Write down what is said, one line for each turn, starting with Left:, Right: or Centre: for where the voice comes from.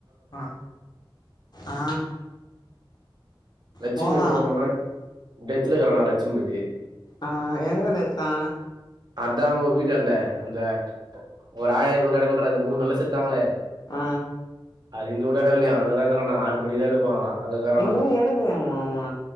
Left: ஆ ஆ
Right: லட்சுமிபதி
Left: போலா
Right: போன் பண்ணா டெத்துல இருக்குறானா லட்சுமிபதி
Left: ஆ எங்க டெத்தா
Right: அதா அவுங்க வீட்டாண்ட அந்த ஒரு ஆயா நூ இடக்கு விற அது மூணு நாள்ல செத்தாங்களே
Left: ஆ
Right: அது இன்னு கூட எடுக்கலயா அங்க தா இருக்கான ஆறு மணிதா எடுப்பாங்களா அங்க இருக்கறானா
Left: இன்னு எடுக்கலயா மா ஆமா